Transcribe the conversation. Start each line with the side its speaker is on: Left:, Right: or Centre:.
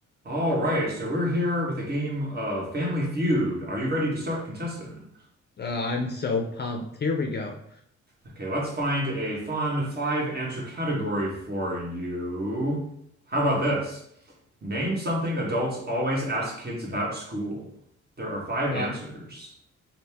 Right: All right, so we're here with a game of Family Feud. Are you ready to start, contestant?
Left: Uh, I'm so pumped. Here we go.
Right: Okay, let's find a fun five answer category for you. How about this? Name something adults always ask kids about school. There are five answers.
Left: Uh,